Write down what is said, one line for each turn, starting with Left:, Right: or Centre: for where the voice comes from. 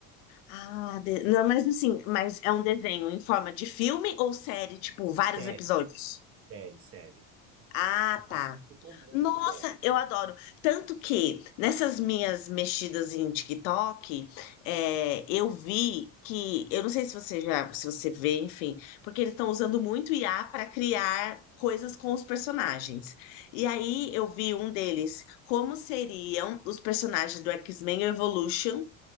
Left: Ah, de- não, mas assim, mas é um desenho em forma de filme ou série, tipo, vários
Right: Série,
Left: episódios?
Right: série, série.
Left: Ah, tá.
Right: Nossa, ficou muito
Left: Nossa,
Right: bom.
Left: eu adoro. Tanto que nessas minhas mexidas em TikTok, é, eu vi que, eu não sei se você já, se você vê, enfim, porque eles estão usando muito IA para criar coisas com os personagens. E aí eu vi um deles, como seriam os personagens do X-Men Evolution